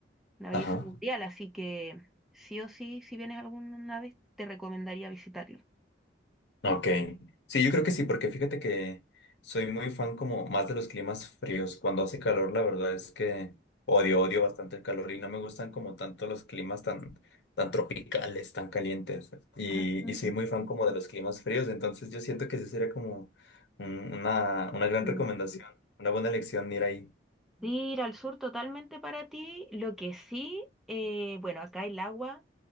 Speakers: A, in the centre; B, on the left.
A: una belleza
B: Ajá.
A: mundial, así que sí o sí, si vienes alguna vez, te recomendaría visitarlo.
B: Ok. Sí, yo creo que sí, porque fíjate que soy muy fan como más de los climas fríos. Cuando hace calor, la verdad es que odio, odio bastante el calor y no me gustan como tanto los climas tan, tan tropicales, tan calientes. Y,
A: Ah,
B: y soy muy fan como de los climas fríos, entonces yo siento que esa sería como un- una, una gran
A: mm.
B: recomendación, una buena elección, ir ahí.
A: Sí, ir al sur totalmente para ti. Lo que sí, eh, bueno, acá el agua,